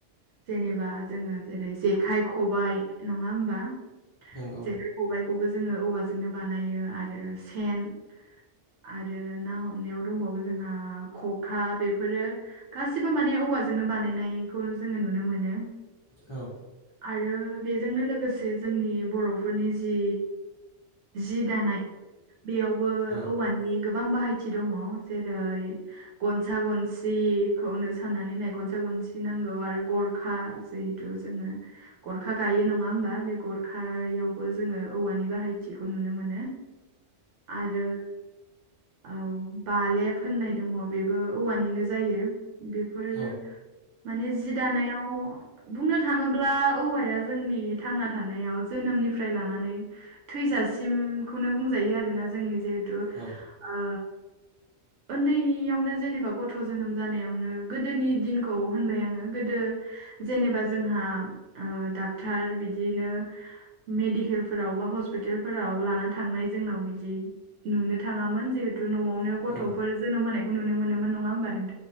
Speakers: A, on the right; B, on the left.
A: जेनेबा जोङो जेरै जेखाइ खबाइ नङा होमबा?
B: नंगौ
A: जेखाइ खबायखौबो जोङो औवाजोंनो बानायो आरो सेन आरो ना हमनायाव दंबावो जोंहा खखा बेफोरो गासिबो माने औवाजोंनो बानायनायखौ जोङो नुनो मोनो।
B: औ।
A: आरो बेजोंनो लोगोसे जोंनि बर'फोरनि जि जि दानाय बेयावबो
B: औ
A: औवानि गोबां बाहायथि दङ जेरै- गनसा गनसिखौनो साननानै नाय गनसा गनसि नांगौ आरो गरखा जोङो गरखा गायो नङा होमबा बे गरखायावबो जोङो औवानि बाहायथिखौ नुनो मोनो। आरो औ बालेब होननाय दङ बेबो औवानिनो जायो। बेफोर
B: औ
A: माने जि दानायाव बुंनो थाङो ब्ला औवाया जोंनि थांना थानायाव जोनोमनिफ्राय लानानै थैजासिमखौनो बुंजायो आरोना जोंनि जिहेथु
B: औ
A: ओ उन्दैयावनो जेनेबा गथ' जोनोम जानायावनो गोदोनि दिनखौ होनबाय आङो गोदो जेनेबा जोंहा डाक्टर बिदिनो मेडिकेलफोराव बा हस्पितालफोराव लाना थांनाय जोंनाव बिदि नुनो थाङामोन जिहेतु न'आवनो
B: औ
A: गथ'फोर जोनोम होनायखौ नुनो मोनोमोन नङा होमबा नों